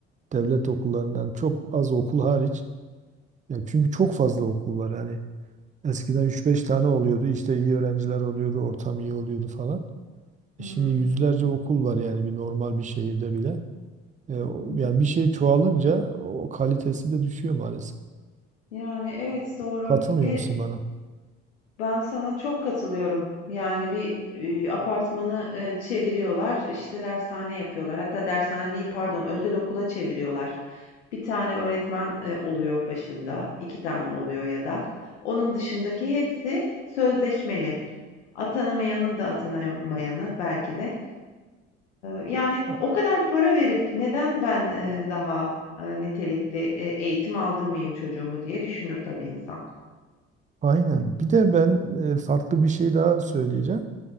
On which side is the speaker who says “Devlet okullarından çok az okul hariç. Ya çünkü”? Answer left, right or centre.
Right